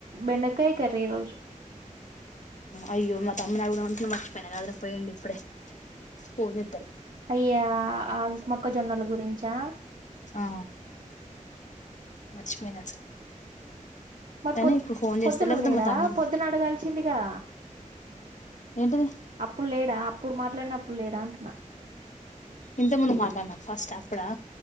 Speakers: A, on the right; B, on the left.
A: బెండకాయ కర్రి ఈ రోజు
B: అయ్యో మా తమ్ముని అడుగుదామనుకున్నా మర్చి పోనగాదర పోయిండిప్పుడే ఫోన్ జేత్తలే
A: అయ్యా ఆ మొక్కజొన్నల గురించా
B: ఆ మర్చిపోయినా
A: మరి
B: అయినా
A: పొద్
B: ఇప్పుడు ఫోన్
A: పొద్దున
B: చేస్తా లేకపోతే
A: లేడా
B: మా తమ్ము
A: పొద్దున అడగాల్సిందిగా
B: ఏంటిది
A: అప్పుడు లేడా అప్పుడు మాట్లాడినప్పుడు లేడా అంటున్నా
B: ఇంత ముందు మాట్లాడినా ఫస్ట్ అప్పుడా